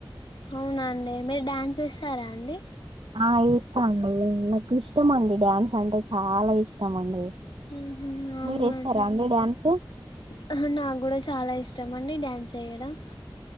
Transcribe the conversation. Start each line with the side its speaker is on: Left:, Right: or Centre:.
Left: అవునా అండి మీరు డ్యాన్స్ చేస్తార అండి
Right: ఆ ఏస్తాండి నాకు ఇష్టం అండి డ్యాన్స్ అంటే చాలా ఇష్టం అండి
Left: మ్ హూ అవునా
Right: మీరు వేస్తారా
Left: అండి
Right: డ్యాన్స్
Left: అ నాకు కూడ చాలా ఇ ఇష్టమండి డ్యాన్స్ ఏయడం